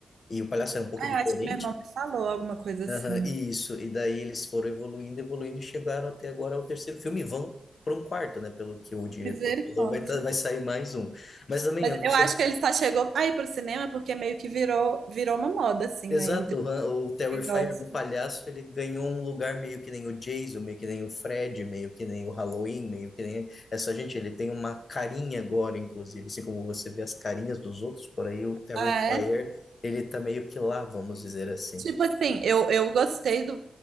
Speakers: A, on the left (about 50°); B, on the right (about 75°).
A: e o palhaço era um pouco
B: ah,
A: diferente.
B: eu acho que meu irmão me falou alguma coisa assim.
A: Aham, isso, e daí eles foram evoluindo, evoluindo, e chegaram até agora ao terceiro filme, e vão para um quarto, né? Pelo que o diretor
B: Misericórdia.
A: falou, vai, tá- vai sair mais um. Mas também
B: Mas
A: eu não
B: eu
A: sou
B: acho que ele só chegou aí pro cinema porque meio que virou, virou uma moda, assim,
A: Exato,
B: né? Entre
A: o Han- o Terrifier
B: quem gosta.
A: do Palhaço, ele ganhou um lugar meio que nem o Jason, meio que nem o Fred, meio que nem o Halloween, meio que nem essa gente, ele tem uma carinha agora, inclusive, assim como você vê as carinhas dos outros por aí, o Terrifier,
B: Ah, é?
A: ele tá meio que lá, vamos dizer assim.
B: Tipo assim, eu, eu gostei do.